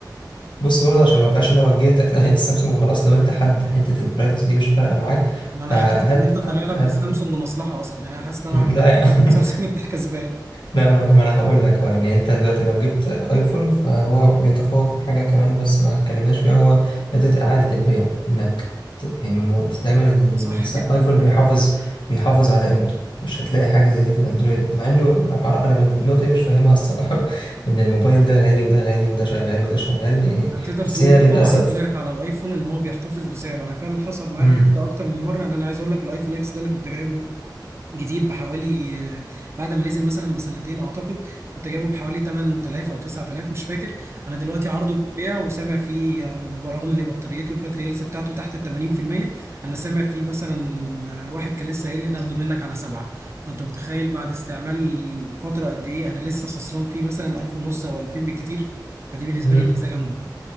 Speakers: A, on the left; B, on the right.
A: بص برضه عشان ما بقاش انا وجهتك <laughs> ناحيه السامسونج وخلاص لو انت حد حته البرايفسي دي مش فارقه معاك
B: ما انا
A: فهات
B: حاسس ان انت طالع
A: هات
B: لك في السامسونج مصلحه اصلا يعني انا حاسس ان انا
A: لا
B: رحت
A: يا
B: تليفون
A: عم
B: سامسونج انت كسبان
A: لا ما انا ما انا هقول لك هو يعني انت دلوقتي لو جبت ايفون فهو بيتفوق في حاجه كمان بس ما اتكلمناش فيها هو إعادة إعادة البيع إنك ت- يعني مو- دايما
B: صح جدا
A: الآيفون بيحافظ بيحافظ على قيمته مش هتلاقي حاجة زي دي في الأندرويد مع إنه مع- مع- أنا من النقطة دي مش فاهمها الصراحة <laughs> إن الموبايل ده غالي وده غالي وده شغال وده شغال يعني
B: هتقدر تقول
A: بس هي للأسف
B: سمعه طلعت على الايفون ان هو بيحتفظ بسعره انا فعلا حصل معايا
A: مم.
B: الحوار ده اكتر من مره ان انا عايز اقول لك الايفون اكس ده انا كنت جايبه جديد بحوالي آه، بعد ما نزل مثلا بسنتين اعتقد كنت جايبه بحوالي 8000 او 9000 مش فاكر انا دلوقتي عرضه للبيع وسامع فيه يعني برغم ان بطاريته الباتري هيلث بتاعته تحت ال 80% انا سامع فيه مثلا آه، واحد كان لسه قايل لي ناخده منك على سبعه فانت متخيل بعد استعمال فتره قد ايه انا لسه خسران فيه مثلا 1000 ونص او 2000 بالكتير فدي بالنسبه
A: مم.
B: لي ميزه جامده